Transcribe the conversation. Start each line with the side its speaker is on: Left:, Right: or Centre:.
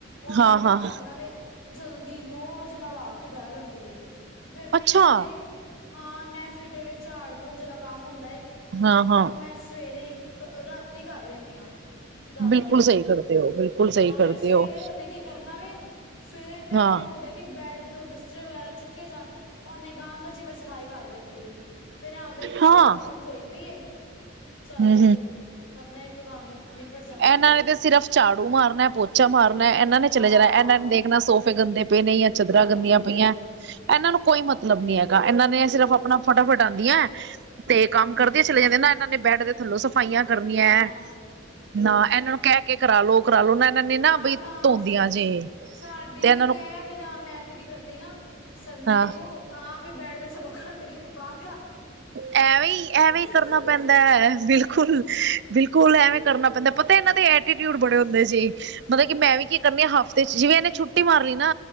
Left: ਓਨੇ
Right: ਹਾਂ
Left: ਵੀ
Right: ਹਾਂ
Left: ਆ ਜਾਣਾ ਵੇ, ਜਲਦੀ ਨੌ ਵਜੇ ਨਾਲ ਆ ਕੇ ਬੈ ਜਾਂਦ ਦੀ ਏ, ਫੇਰ ਮੈਨੂੰ
Right: ਅੱਛਾ
Left: ਹੁੰਦਾ ਏ ਹਾਂ ਮੈਂ ਫੇਰ ਜਿਹੜੇ ਝਾੜ ਪੂੰਜ ਵਾਲਾ ਕੰਮ ਹੁੰਦਾ ਏ
Right: ਹਾਂ ਹਾਂ
Left: ਓ ਮੈਂ ਸਵੇਰੇ ਇਕ ਰਾਤੀ ਕਰ ਲੈਂਨੀ ਆਂ। ਜ਼ਾਦਾਤਰ,
Right: ਬਿਲਕੁਲ ਸਹੀ ਕਰਦੇ ਹੋ ਬਿਲਕੁਲ ਸਹੀ
Left: ਹਾਂ ਫੇਰ
Right: ਕਰਦੇ
Left: ਸਵੇਰੇ
Right: ਹੋ
Left: ਓਨੇ ਕੀ ਕਰਨਾ ਵੇ ਸਵੇਰੇ ਇੰਨਾ
Right: ਹਾਂ
Left: ਈ ਟਾਈਮ ਹੁੰਦਾ ਕਿ ਬੈਡ ਤੋਂ ਬਿਸਤਰੇ ਵਗੈਰਾ ਚੁੱਕੇ ਜਾਨ, ਓਨੇ ਗੰਦ ਚ ਈ ਫਿਰ ਸਫ਼ਾਈ ਕਰ ਦਿੰਦੀ ਏ, ਫੇਰ ਐਂ ਹੁੰਦੈ ਕਿ
Right: ਹਾਂ
Left: ਝਾੜ ਪੂੰਝ ਹੋਈ ਪਈ ਏ ਚੱਲ
Right: ਹਮ
Left: ਬਈ ਆਪਨਾ ਇੱਕ ਕੰਮ ਨਿਪਟ ਜਾ
Right: ਐਨਾਂ ਨੇ ਤੇ ਸਿਰਫ਼ ਝਾੜੂ ਮਾਰਨੈ ਪੋਚਾ ਮਾਰਨੈ ਐਨਾਂ ਨੇ
Left: ਹਾਂ
Right: ਚਲੇ ਜਾਨਾ ਐਨਾਂ ਨੇ ਦੇਖਨੈ ਸੋਫ ਸੋਫੇ ਗੰਦੇ ਪਏ ਨੇ ਜਾਂ ਚਾਦਰਾਂ
Left: ਗੰਦੇ
Right: ਗੰਦੀਆਂ
Left: ਪਏ
Right: ਪਈਐਂ।
Left: ਨੇ
Right: ਐਨਾਂ ਨੂੰ ਕੋਈ ਮਤਲਬ ਨੀ ਹੈਗਾ ਐਨਾਂ ਨੇ ਸਿਰਫ਼ ਆਪਨਾ ਫਟਾਫਟ ਆਂਦੀਐ ਤੇ
Left: ਹੂੰ
Right: ਕੰਮ ਕਰਦੇ ਚਲੇ ਜਾਂਦੇ ਨਾ ਏਨਾਂ ਨੇ ਬੈਡ ਦੇ ਥੱਲੋਂ ਸਫ਼ਾਈਆਂ ਕਰਨੀਆਂ
Left: ਨਾ
Right: ਐ। ਨਾ ਐਨਾਂ ਨੂੰ ਕਹਿ ਕੇ ਕਰਾਲੋ-ਕਰਾਲੋ ਨਾ ਇਹਨਾਂ ਨੇ ਨਾ
Left: ਨਾ-ਨਾ
Right: ਬਈ ਧੋਂਦੀਆਂ ਜੇ
Left: ਸਾਡੀ ਤੇ
Right: ਇਹਨਾਂ
Left: ਕੈ
Right: ਨੂੰ
Left: ਵੀ ਨਾ ਮੈਂ ਤੇ ਕੀ ਕਰਦੀ ਆਂ ਸੰਡੇ
Right: ਹਾਂ
Left: ਨੂੰ ਆਪ ਈ ਬੈਡ ਦੇ ਥੱਲੋ ਕੱਢ ਕੇ ਬਾਰ
Right: ਐਵੀਂ-ਐਵੀਂ ਕਰਨਾ
Left: ਥੱਲੇ
Right: ਪੈਂਦਾ ਬਿਲਕੁਲ-ਬਿਲਕੁਲ ਬਿਲਕੁਲ ਐਵੀਂ ਕਰਨਾ ਪੈਂਦਾ ਪਤਾ ਏਨਾਂ ਦੇ ਐਟੀਟਿਊਡ ਬੜੇ ਹੁੰਦੇ ਸੀ ਮਤਲਬ ਕਿ ਮੈਂ ਵੀ ਕੀ ਕਰਨੀ ਆ ਤੇ ਜਿਵੇਂ ਏਨੇ ਛੁੱਟੀ ਮਾਰ ਲੀ ਨਾ